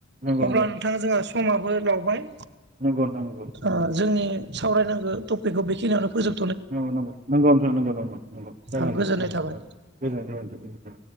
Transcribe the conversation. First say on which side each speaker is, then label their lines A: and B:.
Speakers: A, on the right (about 35°); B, on the right (about 55°).
A: नंगौ नंगौ
B: अब्ला नोंथां जोंहा समाबो लावबाय।
A: नंगौ नंगौ।
B: ओ जोंनि सावरायनांगौ टपिकखौ बेखिनियावनो फोजोब
A: नंगौ नंगौ नंगौ नोंथां नंगौ। जागोन
B: औ गोजोननाय
A: नोंथां जागोन
B: थाबाय।
A: जागोन गोजोनथों नोंथां गोजोनथों